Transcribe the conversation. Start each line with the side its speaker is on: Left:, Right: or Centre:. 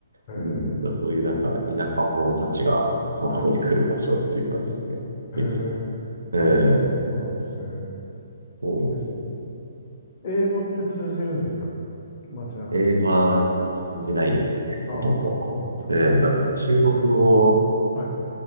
Left: あ、へえ、
Right: うん、だからそういうなんか田舎者たちが観光に来る場所っていう感じですね。
Left: はい、へえ、
Right: 駅もええ、
Left: ああ、そうなんですね。
Right: そうですね。
Left: へえ、英語って通じるんですか街中で。
Right: 英語は通じないですね。
Left: ああ、
Right: ほとんど。
Left: そうなんですよ。
Right: ええ、だから中国語
Left: はい、